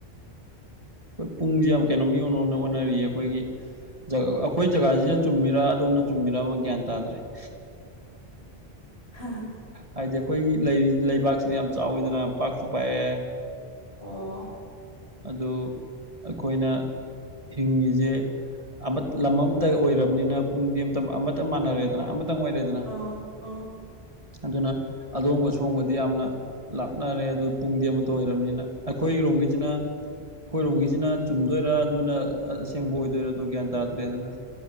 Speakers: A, on the right (about 35°); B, on the left (about 75°).
A: ꯄꯨꯡꯁꯦ ꯌꯥꯝ ꯀꯩꯅꯣꯝ ꯏꯑꯣꯟ ꯑꯣꯟꯅꯔꯤꯌꯦ ꯑꯩꯈꯣꯏꯒꯤ ꯖ ꯑꯩꯈꯣꯏ ꯖꯒꯥꯁꯤꯅ ꯆꯨꯝꯃꯤꯔꯥ ꯑꯗꯣꯝꯅ ꯆꯨꯝꯃꯤꯔꯥ ꯑꯃ ꯒ꯭ꯌꯥꯟ ꯇꯥꯗ꯭ꯔꯦ <inaudible>
B: ꯍ
A: ꯍꯥꯏꯗꯤ ꯑꯩꯈꯣꯏꯒꯤ ꯂꯩ ꯂꯩꯕꯥꯛꯁꯤꯗꯤ ꯌꯥꯝ ꯆꯥꯎꯋꯤꯗꯅ ꯄꯥꯛꯁꯨ ꯄꯥꯛꯑꯦ
B: ꯑꯣ
A: ꯑꯗꯨ ꯑꯩꯈꯣꯏꯅ ꯍꯤꯡꯉꯤꯁꯦ ꯑꯃ ꯂꯝ ꯑꯃꯇ ꯑꯣꯏꯔꯕꯅꯤꯅ ꯄꯨꯡꯗꯤ ꯑꯃꯇ ꯑꯃꯠꯇ ꯃꯥꯟꯅꯔꯦꯗꯅ ꯑꯃ ꯇꯪ ꯑꯣꯢꯔꯦꯗꯅ
B: ꯑꯥ ꯑꯥ
A: ꯑꯗꯨꯅ ꯑꯗꯣꯝꯒ ꯁꯣꯝꯒꯗꯤ ꯌꯥꯝꯅ ꯂꯥꯞꯅꯔꯦ ꯑꯗꯨ ꯄꯨꯡꯗꯤ ꯑꯃꯠꯇ ꯑꯣꯏꯔꯕꯅꯤꯅ ꯑꯩꯈꯣꯏ ꯔꯣꯝꯒꯤꯁꯤꯅ ꯑꯩꯈꯣꯏꯔꯣꯝꯒꯤꯁꯤꯅ ꯆꯨꯝꯗꯣꯏꯔꯥ ꯑꯗꯨꯅ ꯑꯁꯦꯡꯕ ꯑꯣꯏꯗꯣꯏꯔ ꯑꯗꯨ ꯒ꯭ꯌꯥꯟ ꯇꯥꯗ꯭ꯔꯦꯗꯅ